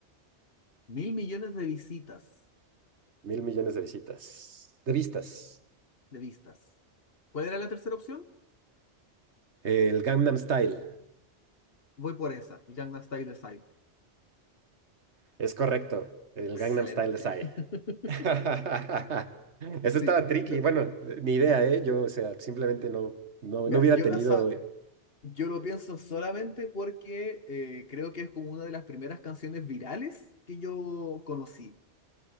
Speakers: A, on the left; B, on the right.
A: mil millones de visitas,
B: Mil millones de visitas. De vistas.
A: de vistas. ¿Cuál era la tercera opción?
B: El Gangnam Style.
A: Voy por esa. el Gangnam Style Desire.
B: Es correcto. El
A: Excelente.
B: Gangnam Style de Psy.
A: <laughs>
B: <laughs> Eso
A: Sí,
B: estaba tricky.
A: lo-
B: Bueno, ni idea, ¿eh? Yo, o sea, simplemente no, no,
A: mira,
B: no hubiera
A: yo
B: tenido.
A: la sa-
B: eh,
A: yo lo pienso solamente porque eh, creo que es como una de las primeras canciones virales que yo conocí.